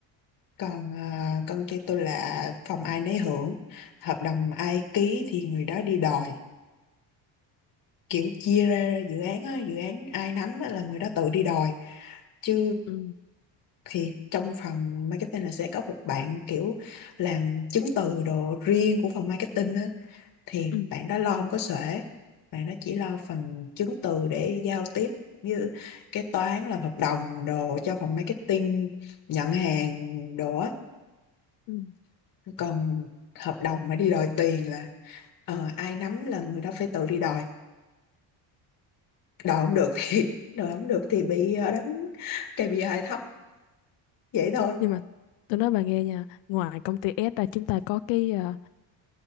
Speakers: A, on the left; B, on the left.
A: còn à, công ty tôi là phòng ai nấy hưởng hợp đồng ai ký thì người đó đi đòi kiểu chia ra dự án á dự án ai nắm á là người đó tự đi đòi chứ
B: ừ
A: thì trong phòng marketing là sẽ có một bạn kiểu làm chứng từ đồ riêng của phòng marketing á thì
B: ừ
A: bạn đó lo không có xuể bạn đó chỉ lo phần chứng từ để giao tiếp với kế toán làm hợp đồng đồ cho phòng marketing nhận hàng đồ á
B: ừ
A: còn hợp đồng mà đi đòi tiền là ờ, ai nắm là người đó phải tự đi đòi đòi không được thì <laughs> đòi không được thì bị ờ, đánh KPI thấp vậy thôi
B: nhưng mà tôi nói bà nghe nha ngoài công ty S ra chúng ta có cái à,